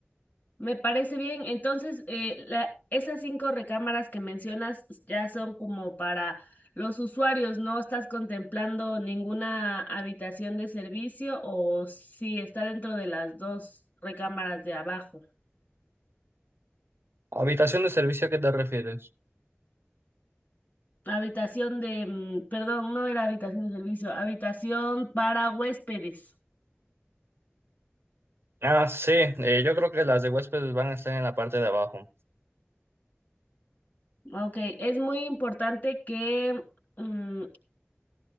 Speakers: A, on the left; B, on the right.
A: me parece bien. Entonces, eh, la- esas cinco recámaras que mencionas ya son como para los usuarios, ¿no estás contemplando ninguna habitación de servicio o si está dentro de las dos recámaras de abajo?
B: Habitación de servicio, ¿a qué te refieres?
A: Habitación de, mm, perdón, no era habitación de servicio, habitación para huéspedes.
B: Ah, sí, eh, yo creo que las de huéspedes van a estar en la parte de abajo.
A: Ok, es muy importante que mm,